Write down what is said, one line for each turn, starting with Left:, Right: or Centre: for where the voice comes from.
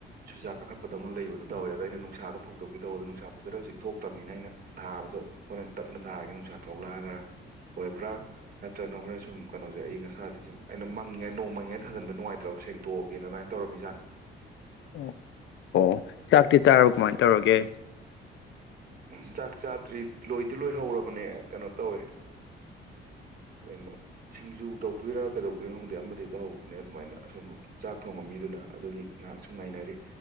Right: ꯁꯨꯖꯥ ꯀꯥꯈꯠꯄꯗꯧꯅ ꯂꯩꯕꯗꯣ ꯇꯧꯋꯦ ꯑꯗꯣ ꯑꯩꯅ ꯅꯨꯡꯁꯥꯗ ꯐꯧꯗꯣꯛꯀꯦ ꯇꯧꯕ ꯑꯗꯣ ꯅꯨꯡꯁꯥ ꯐꯖꯅ ꯍꯧꯖꯤꯛ ꯊꯣꯛꯇꯕꯅꯤꯅ ꯑꯩꯅ ꯊꯥꯕꯗꯣ ꯍꯣꯔꯦꯟ ꯇꯞꯅ ꯊꯥꯔꯒꯦ ꯅꯨꯡꯁꯥ ꯊꯣꯛꯂꯛꯑꯒ ꯑꯣꯏꯕ꯭ꯔꯥ ꯅꯠꯇ꯭ꯔꯒꯅ ꯍꯣꯔꯦꯟ ꯁꯨꯝ ꯀꯩꯅꯣꯁꯦ ꯑꯌꯤꯡ ꯑꯁꯥꯁꯦ ꯁꯨꯝ ꯑꯩꯅ ꯃꯪꯉꯤꯉꯩ ꯅꯣꯡ ꯃꯪꯉꯤꯉꯩ ꯊꯥꯖꯟꯕ ꯅꯨꯡꯉꯥꯏꯇ꯭ꯔꯕ ꯁꯦꯡꯇꯣꯛꯑꯒꯦꯅ ꯑꯗꯨꯃꯥꯏꯅ ꯇꯧꯔꯝꯃꯤꯖꯥꯠꯅꯤ
Left: ꯑꯣ ꯑꯣ ꯆꯥꯛꯇꯤ ꯆꯥꯔꯕꯣ ꯀꯃꯥꯏꯅ ꯇꯧꯔꯒꯦ
Right: ꯎꯝ ꯆꯥꯛ ꯆꯥꯗ꯭ꯔꯤ ꯂꯣꯏꯗꯤ ꯂꯣꯏꯍꯧꯔꯕꯅꯦ ꯀꯩꯅꯣ ꯇꯧꯋꯦ ꯀꯩꯅꯣ ꯁꯤꯡꯖꯨ ꯇꯧꯗꯣꯏꯔꯥ ꯀꯩꯗꯧꯗꯣꯏꯅꫭ ꯈꯪꯗꯦ ꯑꯃꯗꯒꯤ ꯇꯧꯍꯧꯕꯅꯦ ꯑꯗꯨꯃꯥꯏꯅ ꯑꯁꯣꯝ ꯆꯥꯛ ꯊꯣꯡꯕꯃꯤꯗꯨꯅ ꯑꯗꯨꯒꯤ ꯉꯥꯏꯍꯥꯛꯁꯨ ꯉꯥꯏꯅꯔꯤ